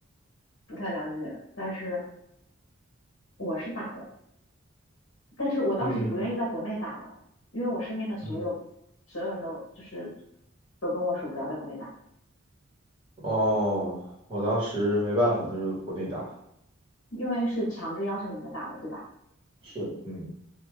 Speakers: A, on the left (about 65°); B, on the right (about 25°).
A: 不太了解，但是我是打了，但是我当时是不愿意在国内打的，
B: 嗯
A: 因为我身边的所有所有人都就是
B: 嗯，
A: 都跟我说不要在国内打。
B: 哦，我当时没办法，都是国内打，
A: 因为是强制要求你们打的，对吧？
B: 是，嗯，